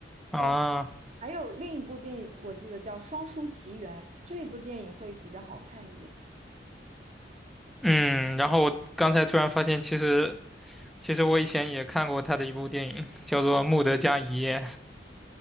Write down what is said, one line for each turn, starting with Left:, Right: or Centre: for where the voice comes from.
Centre: 啊，
Right: 哦，还有另一部电影，我记得叫《双姝奇缘》，这一部电影会比较好看一点。
Centre: 嗯，然后我刚才突然发现，其实其实我以前也看过他的一部电影，叫做《穆德加一夜》，